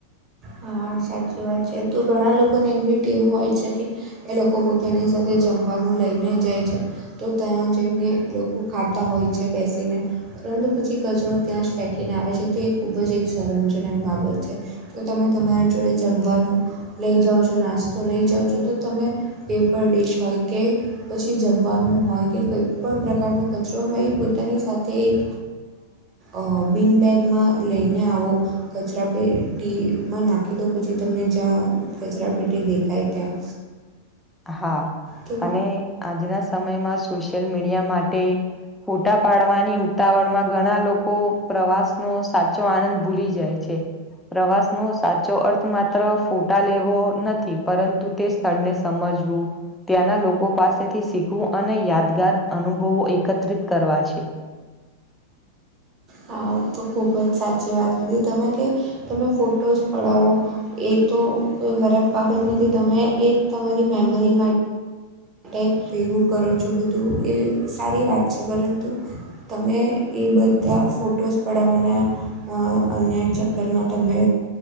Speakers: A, on the right (about 30°); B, in the centre.
A: હા સાચી વાત છે તું ઘણા લોકોને એવી એવું હોય છેકે એ લોકો પોતાની સાથે જમવાનું લઈને જાય છે તો ત્યાં જઈને લોકો ખાતા હોય છે બેસીને પરંતુ પછી કચરોો ત્યાં જ ફેંકીને આવે છે તો એ ખૂબ જ એક શરમજનક બાબત છે તો તમે તમારી જોડે જમવાનું લઈ જાઓ છો નાસ્તો લઈ જાઓ છો તો તમે પેપર ડિશ હોય કે પછી જમવાનું હોય કે કોઈ પણ પ્રકારનો કચરો હોય પોતાની સાથે એક અ બિનબેગમાં લઈને આવો કચરા પેટીમાં નાખી દો પછી તમને જ્યાં કચરા પેટી દેખાય ત્યાં
B: હા
A: તો
B: અને આજના સમયમાં સોશિયલ મીડિયા માટે ફોટા પાડવાના ની ઉતાવળ માં ઘણા લોકો પ્રવાસ નો સાચો આનંદ ભૂલી જાય છે પ્રવાસ નો સાચો અર્થ માત્ર ફોટા લેવો નથી પરંતુ તે સ્થળને સમજવું ત્યાંના લોકો પાસેથી શીખવું અને યાદગાર અનુભવો એકત્રિત કરવા છે
A: હા તો ખૂબ જ સાચી વાત કીધી તમે કે તમે ફોટોઝ પડાવો એ તો કોઈ ખરાબ બાબત નથી તમે એ તમારી મેમરી માટે ટેક ભેગું કરો છો બધું એ સારી વાત છે પરંતુ તમે એ બધા ફોટોઝ પડાવવાના અન્ય ચક્કરમાં તમે